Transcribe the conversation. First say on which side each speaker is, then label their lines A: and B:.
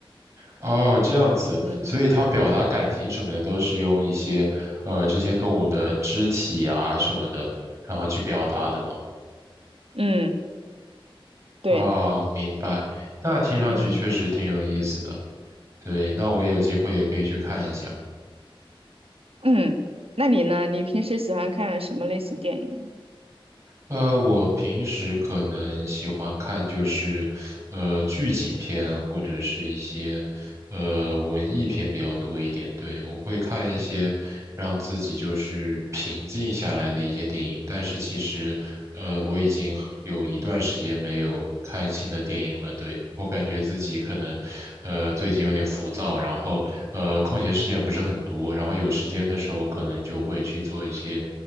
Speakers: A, on the right; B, on the right.
A: 哦，这样子，
B: 嗯嗯
A: 所以它表达感情什么的都是用一些，呃，这些动物的肢体啊什么的，然后去表达的吗？
B: 嗯，对，
A: 啊，明白。那听上去确实挺有意思的。
B: 嗯
A: 对，那我有机会也可以去看一下。
B: 嗯，那你呢？你平时喜欢看什么类型电影呢？
A: 呃，我平时可能喜欢看就是，呃，剧情片或者是一些，呃，文艺片比较多一点。对，我会看一些让自己就是平静下来的一些电影。但是其实，呃，我已经很有一段时间没有看新的电影了。对，我感觉自己可能，呃，最近有点浮躁，然后，呃，空闲时间也不是很多，然后有时间的时候可能就会去做一些。